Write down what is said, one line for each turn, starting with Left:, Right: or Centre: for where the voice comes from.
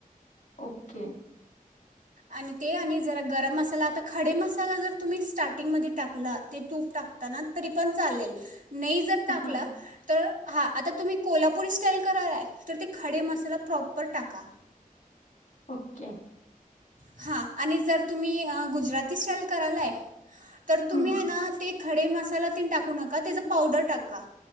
Left: ओके.
Right: आणि ते आणि जरा गरम मसाला आता खडे मसाला जर तुम्ही स्टार्टिंगमध्ये टाकला ते तूप टाकताना तरी पण चालेल. नई जर टाकला
Left: हां
Right: तर हां, आता तुम्ही कोल्हापुरी स्टाईल करालाय तर ते खडे मसाला प्रॉपर टाका.
Left: ओके.
Right: हां, आणि जर तुम्ही अं गुजराती स्टाईल करालाय तर तुम्ही
Left: हं,
Right: हाय ना ते खडे मसालात तेन टाकू नका तेजं पावडर टाका.